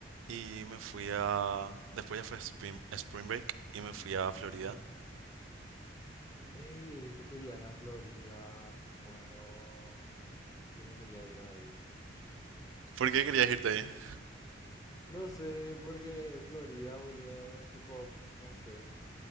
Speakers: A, on the right; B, on the left.
A: y me fui a... Después ya fue Spring, Spring Break y me fui a Florida.
B: Ah, Ey, he visto tu viaje a Florida, me muero. Yo me quería ir ahí.
A: ¿Por qué querías irte ahí?
B: No sé, porque Florida, boludo, tipo, no sé,